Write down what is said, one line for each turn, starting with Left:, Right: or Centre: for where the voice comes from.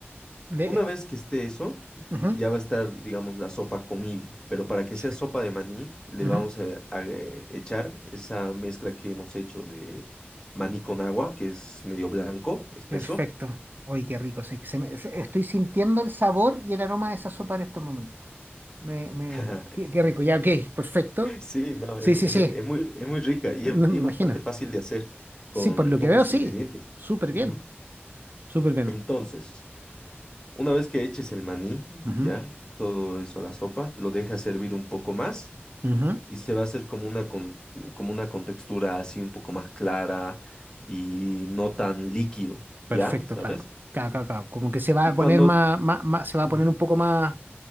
Right: De
Left: Una
Right: este.
Left: vez que esté eso,
Right: Ujú,
Left: ya va a estar, digamos, la sopa comible, pero para que
Right: Perfecto.
Left: sea sopa de maní, le
Right: ujú,
Left: vamos a, a, eh, echar esa mezcla que hemos hecho de maní con agua, que es medio blanco, espeso.
Right: Perfecto. Oye, qué rico. Se- se me- se- estoy sintiendo el sabor y el aroma de esa sopa en estos momentos. Me, me,
Left: <laughs>
Right: qué, qué rico. Ya, ok. Perfecto.
Left: Sí, no,
Right: Sí,
Left: es,
Right: sí,
Left: es-
Right: sí.
Left: es muy, es muy rica y
Right: No
Left: es, y
Right: me
Left: es
Right: imagino.
Left: bastante fácil de hacer con
Right: Sí, por lo
Left: pocos
Right: que veo, sí.
Left: ingredientes.
Right: Súper
Left: Ujú.
Right: bien. Súper bien.
Left: Entonces, una vez que eches el maní,
Right: Ujú,
Left: ya, todo eso a la sopa, lo dejas servir un poco más.
Right: ujú,
Left: y se va a hacer como una, con- como una contextura así un poco más clara y no tan líquido,
Right: Perfecto,
Left: ¿ya? ¿Sabes?
Right: claro. claro claro ca. Como que se va
Left: Y
Right: a poner
Left: cuando...
Right: más, más, más- se va a
Left: Ujú.
Right: poner un poco más